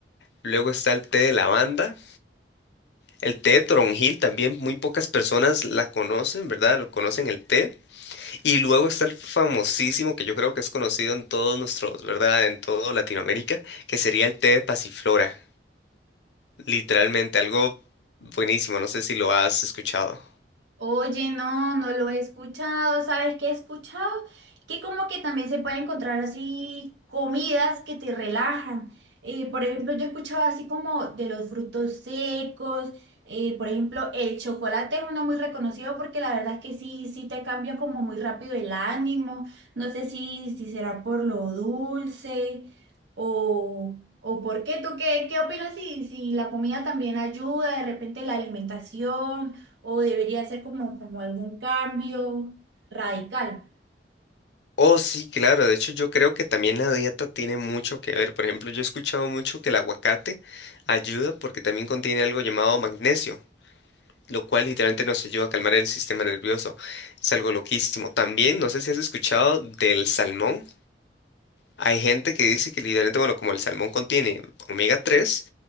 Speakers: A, on the left; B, on the right.
A: luego está el té de lavanda. El té de toronjil también muy pocas personas la conocen, ¿verdad? Lo conocen el té. Y luego está el famosísimo, que yo creo que es conocido en todos nuestros, ¿verdad? En toda Latinoamérica, que sería el té de pasiflora. Literalmente, algo buenísimo, no sé si lo has escuchado.
B: Oye, no, no lo he escuchado. ¿Sabes qué he escuchado? Que como que también se puede encontrar así comidas que te relajan. Eh, por ejemplo, yo he escuchado así como de los frutos secos. eh, por ejemplo, el chocolate es uno muy reconocido porque la verdad es que sí, sí te cambia como muy rápido el ánimo. No sé si, si será por lo dulce o, o por qué. ¿Tú qué, qué opinas si, si la comida también ayuda, de repente la alimentación? o debería ser como, como algún cambio radical.
A: Oh, sí, claro, de hecho yo creo que también la dieta tiene mucho que ver. Por ejemplo, yo he escuchado mucho que el aguacate ayuda porque también contiene algo llamado magnesio. lo cual literalmente nos ayuda a calmar el sistema nervioso. Es algo loquísimo. También, no sé si has escuchado del salmón. Hay gente que dice que literalmente, bueno, como el salmón contiene omega 3